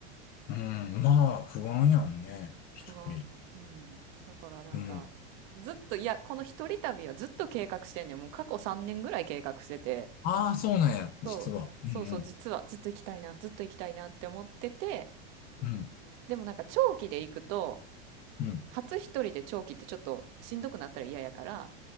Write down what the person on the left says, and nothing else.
うん。まあ、不安やんね。一人。
うん。
ああ、そうなんや、実は。
うん、
うん、
うん、うん、